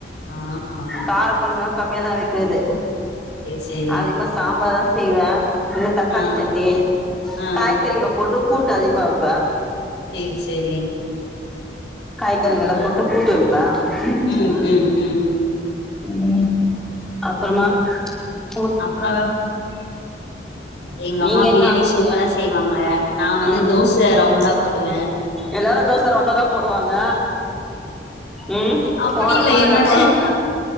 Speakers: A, on the left; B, in the centre.
A: அஹா
B: கார கொழம்புலா கம்மியாதா வெக்கிற்து
A: சேரி
B: அதிக்மா சாம்பார் தா செய்வ இந்த தக்காளி
A: ஆ
B: சட்னி
A: ஆ
B: காய்கறிங்க போட்டு கூட்டு அதிக்மா வெப்ப
A: சேரி சேரிங்
B: காய்கறிங்கெலா போட்டு கூட்டு வெப் ப
A: ம் ம் ம்
B: ம் அப்றமா ச்ச்
A: அப்புறோ <unintelligible> எங்க அம்மா
B: நீங்க
A: பிரியாணி
B: என்ன ஆக்குவீங்க
A: சூப்பரா செய்வாங்க நா வந்து
B: ம்
A: தோச ரவுண்டா போடுவே
B: எல்லாரு தோச ரவுண்டா தா போடுவாங்க ம்
A: அப்டி
B: கோன
A: இல்ல
B: மானல்லா
A: என்னோட
B: போடுவாங்க